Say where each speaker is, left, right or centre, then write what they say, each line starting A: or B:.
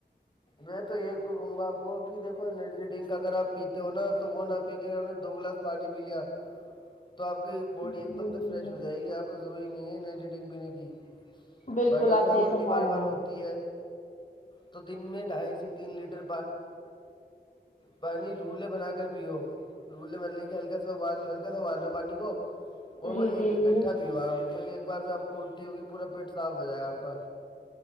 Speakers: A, on the left; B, on the left.
A: میں تو ایک کو کہوں گا آپ کو کہ دیکو انرجی ڈرنک اگر آ پیتے ہو نا تو وہ نہ پی کے اگر ہمپ نے دو گلاس پانی پی لیا تو آپ کی باڈی
B: جی
A: ایک دم
B: جی
A: سے
B: جی
A: فریش ہو جائے گی آپ کو ضروری نہیں ہے ن ایڈیٹنگ پینے کی
B: بالکل
A: بق ان
B: آپ صحیح
A: الٹی
B: فرما
A: بار
B: رہے
A: بار ہوتی ہے تو دن میں ڈھائی سے تین لیٹر پانی رولے بنا کر پیو رے مرنے کہ ہلکا ابالو ہلکا سا ابال لو پانی کو
B: ہیں
A: اور وہ
B: جی
A: ایک
B: جی
A: اکٹھا
B: جی
A: بھی ہوا پھر ایک بار میں آپ کو الٹی ہوگی پورا پیٹ صاف ہو جائے گا آپ کا